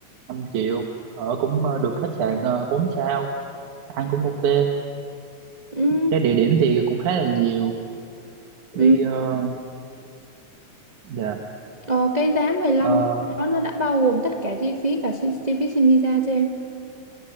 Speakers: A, on the right (about 70°); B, on the right (about 25°).
A: lăm triệu ở cũng ờ, được khách sạn uh, 4 sao ăn cũng ok
B: Ừ.
A: cái địa điểm thì cũng khá là nhiều
B: Ừ.
A: đi ờ, dạ
B: Ờ, cái giá mười lăm
A: Ờ,
B: đó nó đã bao gồm tất cả chi phí cả chi, chi phí xin visa cho em.